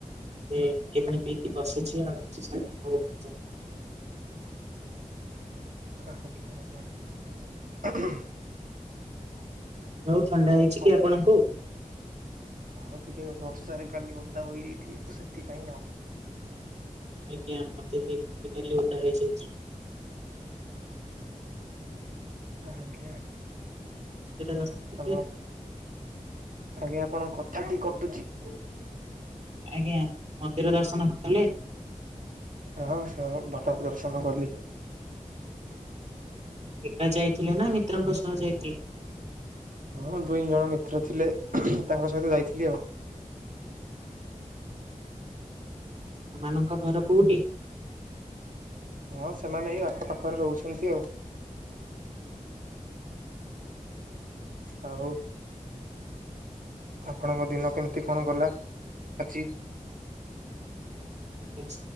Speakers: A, on the right; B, on the right.
A: ଯେ ଟିକେ ପାଣି ପଇକି ବସିଛି ଆଉ କିଛି ସମୟ ପରେ ଜି
B: ଆଜ୍ଞା ଆଜ୍ଞା ଆଛା ଆଛା
A: ଆଉ ଥଣ୍ଡା ହେଇଛି
B: କଣ
A: କି ଆପଣଙ୍କୁ?
B: ହଁ ଟିକେ ବର୍ଷାରେ କାଲି ଓଦା ହୋଇଯାଇଥିଲି ତ ସେଥିପାଇଁ ଆଉ।
A: ଆଜ୍ଞା ମତେ ବି ଟିକେ କାଲି ଓଦା ରହିଯାଇଛି।
B: ଆଜ୍ଞା
A: ମନ୍ଦିର ଦର୍ଶନ
B: ଆପଣ
A: <unintelligible>
B: ଆଜ୍ଞା ଆପଣଙ୍କ କଥା ଟି କଟୁଚି।
A: ଆଜ୍ଞା ମନ୍ଦିର ଦର୍ଶନ କଲେ।
B: ହଁ ସ ଭଲ ଦର୍ଶନ କଲି।
A: ଏକା ଯାଇଥିଲେ ନା ମିତ୍ରଙ୍କ ସହ ଯାଇଥିଲେ।
B: ହଁ ଦୁଇ ଜଣ ମିତ୍ର ଥିଲେ ତାଙ୍କ ସହିତ ଯାଇଥିଲି ଆଉ।
A: ସେମାନଙ୍କ ଘର କୋଉଠି?
B: ହଁ ସେମାନେ ଏଇ ଆଖପାଖରେ ରହୁଛନ୍ତି ଆଉ। ଆଉ ଆପଣଙ୍କ ଦିନ କେମିତି କଣ ଗଲା ଆଜି?
A: ଏମିତି